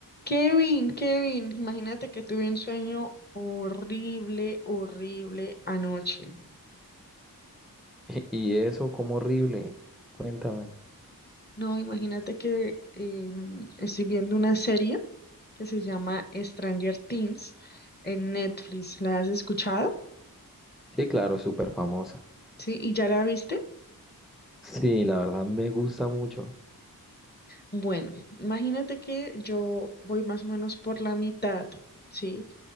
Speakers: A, on the left (about 25°); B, in the centre.
A: Kevin, Kevin, imagínate que tuve un sueño horrible, horrible anoche.
B: <laughs> Y eso, como horrible. Cuéntame.
A: No, imagínate que eh, estoy viendo una serie que se llama Stranger Things en Netflix. ¿La has escuchado?
B: Sí, claro, es súper famosa.
A: ¿Sí? ¿Y ya la viste?
B: Sí, la verdad me gusta mucho.
A: Bueno, imagínate que yo voy más o menos por la mitad, ¿sí?